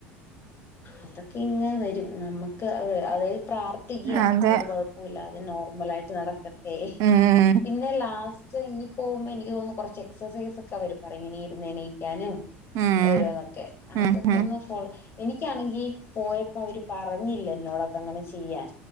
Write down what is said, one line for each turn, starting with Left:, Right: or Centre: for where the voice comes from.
Left: അതൊക്കെ ഇങ്ങനെ വരും. നമ്മക്ക് അതായത് പ്രാർ ത്ഥിക്കാ
Right: അതെ
Left: ഒരു കൊഴപ്പുല്ലാതേ നോർമലായിട്ട് നടക്കട്ടെ..
Right: ഉം
Left: പിന്നെ ലാസ് സ്റ്റ് ഇനി പോകുമ്പോ എനിക്ക് തോന്നുന്നു കൊറച്ച് എക്സസൈസ് ഒക്കെ അവര് പറയും ഇങ്ങനെ ഇരുന്ന് എണിക്കാനും
Right: ഉം
Left: ഓരോന്നൊക്കെ അതൊക്കൊന്ന്
Right: ഉം ഉം
Left: ഫോൾ എനിക്കാണെങ്കി പോയപ്പോ അവര് പറഞ്ഞില്ല എന്നോട് അതങ്ങനെ ചെയ്യാൻ